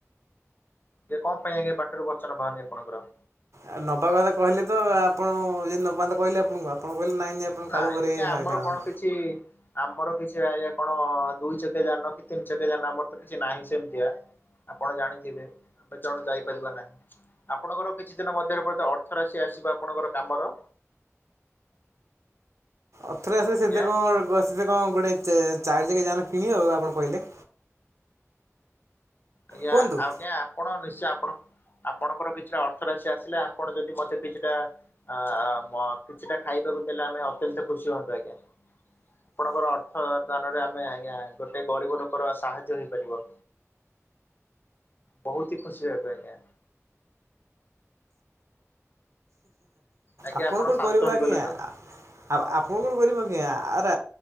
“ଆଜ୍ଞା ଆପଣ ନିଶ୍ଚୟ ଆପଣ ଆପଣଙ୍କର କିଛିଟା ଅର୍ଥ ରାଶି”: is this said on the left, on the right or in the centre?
Left